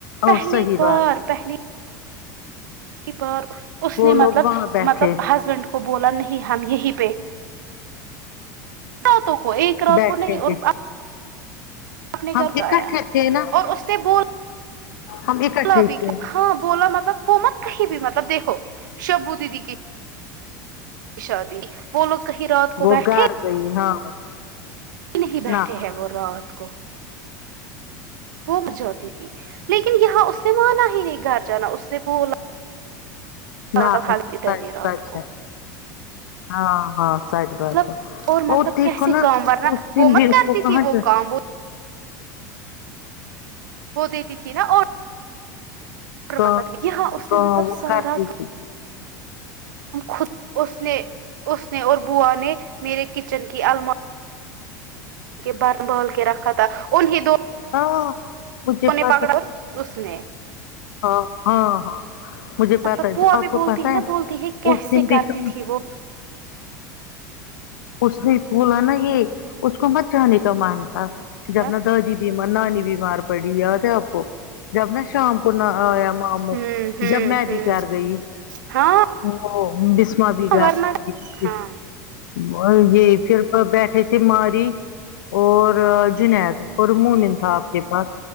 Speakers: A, on the right (about 80°); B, on the left (about 85°).
A: پہلی
B: او صحیح بات
A: بار پہلی پہلی بار اس
B: وہ
A: نے
B: لوگ
A: مطلب
B: وہاں بیٹھے
A: مطلب ہسبینڈ کو بولا نہیں ہم یہیں پہ با توں کو ایک رات
B: بیٹھیں
A: کو نہیں اور
B: گے
A: آپ اپنے
B: ہم
A: گر کو
B: اکٹھے
A: آیا
B: تھے نا
A: اور اس نے بول
B: ہم اکٹھے
A: بولا بھی
B: تھے نا
A: ہاں بولا مطلب کوومت کہیں بھی مطلب دیکھو شبو دیدی کی شا دی وہ لوگ کہیں رات کو
B: وہ
A: بیٹھے
B: گھر گئی ہاں
A: نہیں بیٹھے
B: نہ
A: ہیں وہ رات کو وہ مر جاتی تھی لیکن یہاں اس نے مانا ہی نہیں گھر جانا اس نے بولا
B: نہ
A: مطلب حال ادھر
B: سچ
A: رات
B: سچ
A: کو
B: ہے ہاں ہاں سچ
A: مطلب
B: بات ہے اور
A: مطلب
B: ٹھیک
A: کیسے
B: ہونا
A: کام ورنہ
B: اس دن
A: وہ
B: بھی
A: مت
B: اس
A: کرتی
B: کو کہاں
A: تھی وہ کام وہ وہ دیتی تھی نا اور
B: کہ
A: مطلب یہاں اس
B: کہ
A: نے مطلب
B: وہ
A: سارا
B: کرتی تھی
A: خود اس نے اس نے اور بوا نے میرے کچن کی المار بر بل کے رکھا تھا انھیں دو
B: ہاں مجھے
A: کونے
B: پتا
A: پکڑا ا ور اس نے
B: ہاں ہاں ہاں مجھے پتہ
A: مطلب
B: ہے
A: وہ ابھی
B: آپ کو
A: بولتی
B: پتہ
A: نا
B: ہے
A: بولتی کیسے
B: اس دن بھی
A: کرتی
B: کہ
A: تھی وہ
B: اس نے بولا نا یہ اس کو مت جانے کا مان تھا جب
A: کیا
B: نا دادی یہ منانی بیمار پڑی ہوئی ہے یاد ہے آپ کو جب نہ شام کو نہ آیا ماموں
A: ہوں ہوں
B: جب میں
A: ہوں
B: بھی گھر گئی
A: ہاں
B: وہ ا بسمہ بی گھر
A: ورنہ
B: <unintelligible>
A: ہاں
B: اور یہ پھرتو بیٹھی تھی ماری اور جنید اور مومن تھا آپ کے پاس